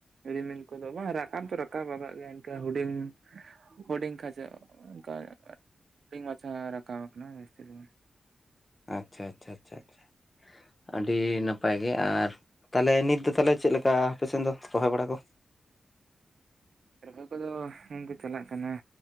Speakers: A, on the right (about 65°); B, on the left (about 20°).
A: ᱨᱤᱢᱤᱞ ᱠᱚᱫᱚ ᱵᱟᱝ ᱨᱟᱠᱟᱢ ᱛᱚ ᱨᱟᱠᱟᱵ ᱠᱟᱫ ᱜᱮᱭᱟᱭ ᱤᱱᱠᱟᱹ ᱦᱩᱰᱤᱧ᱾ ᱦᱩᱰᱤᱝ ᱠᱷᱟᱪᱟ ᱚᱱᱠᱟ ᱦᱩᱰᱤᱝ ᱢᱟᱪᱷᱟ ᱨᱟᱠᱟᱵ ᱠᱟᱱᱟ ᱡᱟᱹᱥᱛᱤ ᱫᱚ᱾
B: ᱟᱪᱪᱷᱟ ᱟᱪᱪᱷᱟ ᱪᱷᱟᱷᱟ ᱟᱪᱪᱷᱟ ᱟᱹᱰᱤ ᱱᱟᱯᱟᱭ ᱜᱮ ᱟᱨᱼᱼ ᱛᱟᱦᱚᱞᱮ ᱱᱤᱛ ᱫᱚ ᱛᱟᱦᱚᱞᱮ ᱪᱮᱫ ᱞᱮᱠᱟ ᱟᱯᱮ ᱥᱮᱱ ᱫᱚ ᱨᱚᱦᱚᱭ ᱵᱟᱲᱟ ᱠᱚ?
A: ᱨᱚᱦᱚᱭ ᱠᱚᱫᱚ ᱜᱚᱝᱠᱮ ᱪᱟᱞᱟᱜ ᱠᱟᱱᱟ